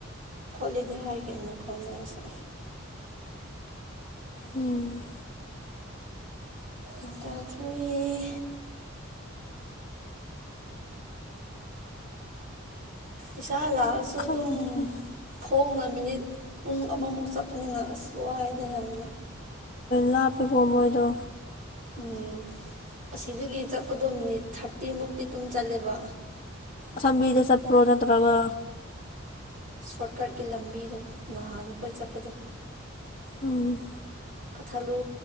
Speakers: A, on the right (about 40°); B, on the left (about 30°).
A: ꯈꯣꯂꯤꯗ ꯍꯥꯏ ꯀ ꯀ ꯂꯁ
B: ꯎꯝ
A: ꯑꯗ ꯐꯣꯏ ꯏꯁꯥ ꯂꯥꯛꯑꯁꯨ
B: ꯈꯪꯗ꯭ꯔꯦ
A: ꯑꯗꯨꯝ ꯐꯣꯡꯅ ꯃꯤꯅꯤꯠ ꯨꯡꯃꯨꯛ ꯁꯄꯅꯦ ꯂ ꯁꯏꯗ ꯌꯥꯝ
B: ꯂꯄꯤ ꯄꯃꯣꯣꯏꯗꯣ
A: ꯎꯝ ꯑꯁꯤꯗꯒꯤ ꯆꯠꯄꯗꯣ ꯃꯤꯅꯤꯠ ꯊꯥꯔꯇꯤꯃꯨꯛꯇꯤ ꯑꯗꯨꯝ ꯆꯠꯂꯦꯕ
B: ꯁꯕꯤꯤꯗ ꯆꯄꯣꯅ ꯇꯧ꯭ꯔꯒ
A: ꯁꯣꯔꯠꯀꯠꯀꯤ ꯂꯝꯕꯤꯗꯣ ꯅꯍꯥꯟ ꯑꯩꯈꯣꯏ ꯆꯠꯄꯗꯣ
B: ꯎꯝ
A: ꯀꯊꯥꯂꯨ